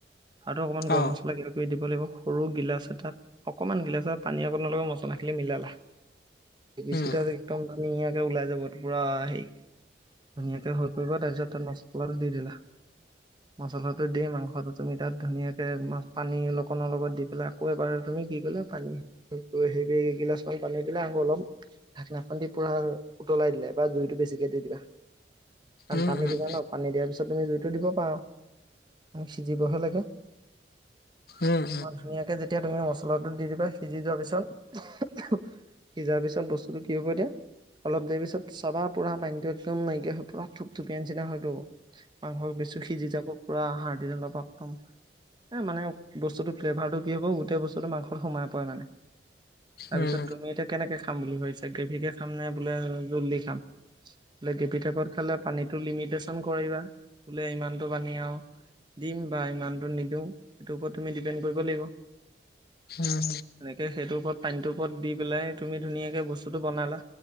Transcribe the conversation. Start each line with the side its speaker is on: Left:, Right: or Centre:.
Right: আৰু অকণমান গৰম
Left: অ
Right: মছলা <unintelligible> কৰি দিব লাগিব সৰু গিলাচ এটাত। অকণমান গিলাচত পানী অকণমান লগাই মচলাখিনি মিলালা। <unintelligible>
Left: উম
Right: কেইটা একদম ধুনীয়াকে ওলাই যাব পুৰা হেই। ধুনীয়াকে হৈ পৰিব তাৰপিছত তাৰ মাছলাটো দি দিলা। মছলাটো দ মাংসটো তুমি তাত ধুনীয়াকে মা পানী লোকনৰ লগত দি পেলাই আকৌ এবাৰ। তুমি কি গ'লো পানী সেই এগিলাচ মান পানী দিলে আকৌ অলপ ঢাকনাখন দি পুৰা উতলাই দিলে বা জুইতটো বেছিকে দি দিবা। কাৰণ
Left: উম
Right: পানী
Left: উম
Right: দিবা ন পানী দিয়াৰ পিছত তুমি জুইতটো দিব পাৰা। ম সিজিবহে লাগে অ,
Left: উম উম উম
Right: ধুনীয়াকে যেতিয়া তুমি মচল চলাটো দি দিবা সিজি যোৱাৰ পিছত সিজাৰ পিছত বস্তুটো কি হ'ব দিয়া। অলপ দেৰি পিছত চাবা পুৰা পানীতটো একদম নাইকিয়া হৈ পুৰা থুপথুপীয়া নিচিনা হয়তো মাংসেছি। সিজি যাব পুৰা আহাৰ দিন অলপ একদম। এই মানে বস্তুটোৰ ফ্লেভাৰটো কি হ'ব গোটেই বস্তুটো মাংসত সোমাই পৰে মানে। তাৰপিছত
Left: উম
Right: তুমি এতিয়া কেনেকে খাম বুলি ভাবিছা গ্ৰেভিকে খাম নে বোলে জলদি খাম। বোলে কেপি টেপত খালে পানীতটো লিমিটচন কৰিবা বোলে ইমানতটো পানী আৰু। দিম বা ইমানটো নিদিও সেইটোৰ ওপৰত তুমি ডিপেণ্ড কৰিব লাগিব।
Left: হম,
Right: এনেকে সেইটোৰ ওপৰত পানীটোৰ ওপৰত দি পেলাই তুমি ধুনীয়াকে বস্তুটো বনালা।